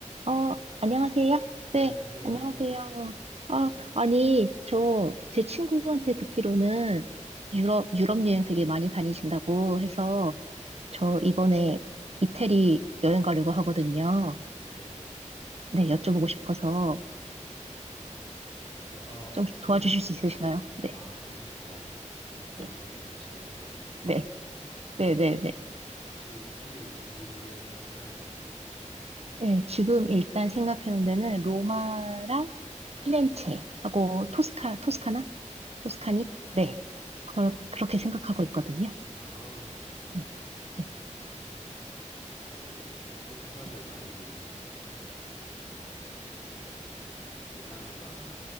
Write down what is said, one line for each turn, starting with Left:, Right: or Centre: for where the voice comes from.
Right: 어,
Left: 안녕하세요.
Right: 안녕하세요.
Left: 네,
Right: 네,
Left: 안녕하세요.
Right: 안녕하세요. 아, 아니, 저, 제 친구한테 듣기로는 유럽, 유럽 여행 되게 많이 다니신다고 해서 저 이번에 이태리 여행 가려고 하거든요.
Left: 네.
Right: 네, 여쭤보고 싶어서
Left: 네, 어,
Right: 좀
Left: 이태리,
Right: 도와주실 수 있으신가요? 네.
Left: 아, 그럼요. 제가 아는
Right: 네,
Left: 만큼 열심히 도와드리도록
Right: 네,
Left: 하겠습니다.
Right: 네, 네. 네,
Left: 혹시 이태리 어디로 여행을 가시나요?
Right: 네, 지금 일단 생각해 놓은 데는 로마랑 피렌체하고 토스카, 토스카나? 토스카니? 네. 그걸,
Left: 어,
Right: 그렇게 생각하고 있거든요.
Left: 아,
Right: 음, 네.
Left: 그러면은 보통 사람들
Right: 네,
Left: 많이 가는, 뭐, 여기, 밀라노나